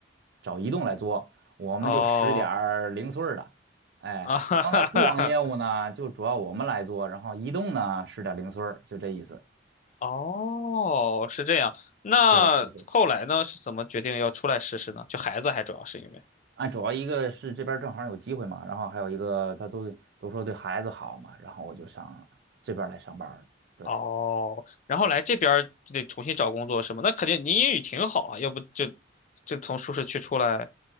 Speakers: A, on the right; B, on the left.
A: 找移动来做，我们就使点儿零碎儿的，
B: 哦，<laughs>
A: 哎，
B: 啊哈哈哈哈，
A: 然后呢，固网业务呢就主要我们来做，然后移动呢使点儿零碎儿，就这意思。
B: 哦，是这样。那后来呢，
A: 对对对，
B: 是怎么决定要出来试试呢？就孩子还主要是因为，
A: 啊，主要一个是这边儿正好有机会嘛，然后还有一个他都都说对孩子好嘛，然后我就上这边儿来上班儿了。对
B: 哦，然后来这边儿就得重新找工作是吗？
A: 对，
B: 那肯定您英语挺好啊，要不就就从舒适区出来，